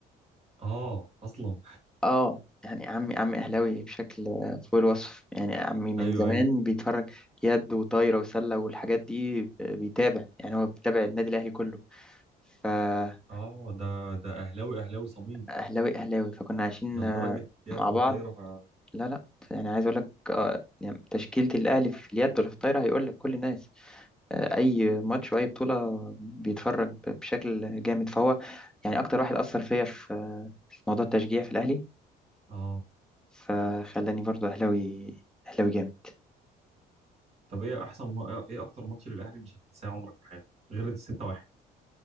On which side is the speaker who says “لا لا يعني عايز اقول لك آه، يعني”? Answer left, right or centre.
Centre